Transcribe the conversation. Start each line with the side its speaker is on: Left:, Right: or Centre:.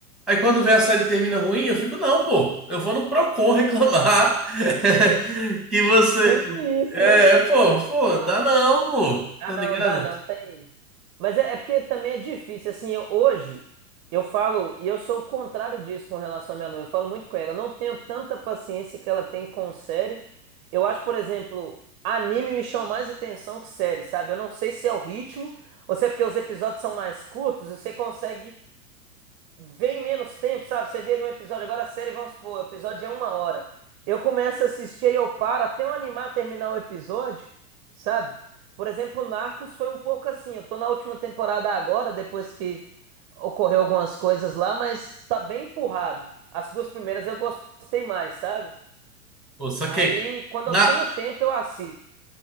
Centre: Aí quando vê a série termina ruim, eu fico, não, pô, eu vou no Procon reclamar <laughs> que você.
Right: Tipo isso,
Centre: É,
Right: né?
Centre: pô, pô,
Right: Nossa.
Centre: dá não, pô,
Right: Ah,
Centre: tá
Right: não,
Centre: ligado?
Right: dá não, tem. Mas é, é porque também é difícil, assim, eu- hoje eu falo, e eu sou o contrário disso com relação à minha noiva, eu falo muito com ela, eu não tenho tanta paciência que ela tem com série. Eu acho, por exemplo, anime me chama mais atenção que série, sabe? Eu não sei se é o ritmo, ou se é porque os episódios são mais curtos, e você consegue vem menos tempo, sabe? Você vê ali um episódio, agora a série, vamos supor, o episódio é uma hora. Eu começo a assistir e eu paro até eu animar a terminar o episódio, sabe? Por exemplo, Narcos foi um pouco assim. Eu tô na última temporada agora, depois que ocorreu algumas coisas lá, mas tá bem empurrado. As duas primeiras eu gostei mais, sabe?
Centre: Pô, só
Right: Aí,
Centre: que
Right: quando
Centre: na,
Right: eu tenho tempo, eu assisto.